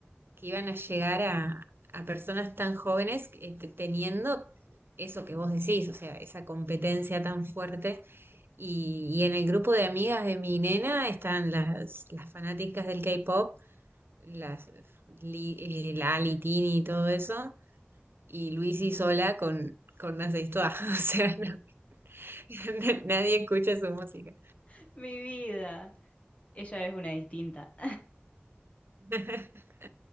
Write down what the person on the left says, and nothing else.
<laughs> Mi vida. Ella es una distinta.